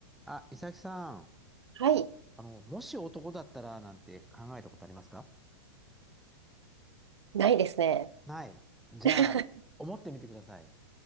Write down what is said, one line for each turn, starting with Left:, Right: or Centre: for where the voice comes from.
Centre: あ、美咲さん、
Right: はい、
Centre: あの、もし男だったらなんて考えたことありますか
Right: ないですね。
Centre: ない。じゃあ、
Right: <laughs>
Centre: 思ってみてください。